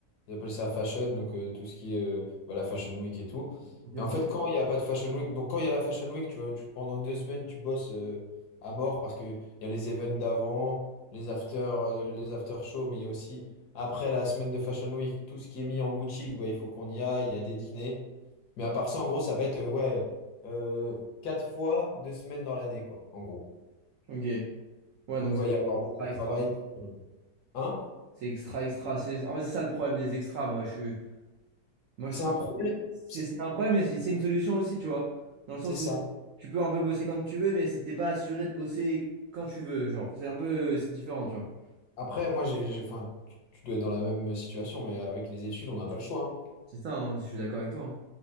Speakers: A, on the left; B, on the right.
A: ils appellent ça fashion, donc euh, tout ce qui est euh, bah, la Fashion Week et tout.
B: Ok,
A: Et en
B: ça.
A: fait,
B: va.
A: quand il n'y a pas de Fashion Week, donc quand il y a la Fashion Week, tu vois, tu, pendant deux semaines, tu bosses euh, à mort parce qu'il y a les events d'avant, les after, euh, les after shows, mais il y a aussi après la semaine de Fashion Week, tout ce qui est mis en boutique, bah, il faut qu'on y aille, il y a des dîners. Mais à part ça, en gros, ça va être euh, ouais, euh, quatre fois deux semaines dans l'année, quoi, en gros,
B: Ok. Ouais,
A: où
B: donc
A: il
B: c'est
A: va y
B: vraiment
A: avoir beaucoup
B: extra,
A: de
B: extra,
A: travail.
B: quoi.
A: Hein?
B: C'est extra, extra. C'est... En fait, c'est ça le problème des extras, moi. Je, suis- moi, je
A: C'est
B: trouve
A: un problème,
B: que c'est
A: c'est
B: c'est un problème, mais c'est c'est une solution aussi, tu vois. Dans le sens
A: c'est ça.
B: où tu peux un peu bosser quand tu veux, mais c'est- t'es pas assuré de bosser quand tu veux. Genre, c'est un peu... C'est différent, tu vois.
A: Après, moi, j'ai, j'ai- enfin, tu tu dois être dans la même situation, mais avec les études, on n'a pas le choix. hein.
B: C'est ça, hein, je suis d'accord avec toi. hein.